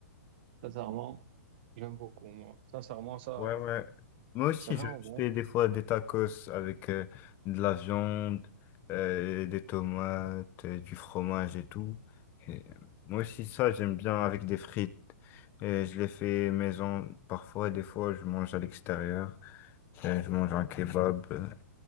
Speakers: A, on the right; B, on the left.
A: Sincèrement, j'aime beaucoup, moi. Sincèrement, ça,
B: Ouais, ouais. Moi aussi,
A: c'est vraiment
B: je
A: bon.
B: je fais des fois des tacos avec euh, de la viande, euh, des tomates, euh, du fromage et tout. Et, euh, moi aussi, ça, j'aime bien avec des frites. Et je les fais maison parfois, des fois, je mange à l'extérieur. Euh, je mange un kebab euh,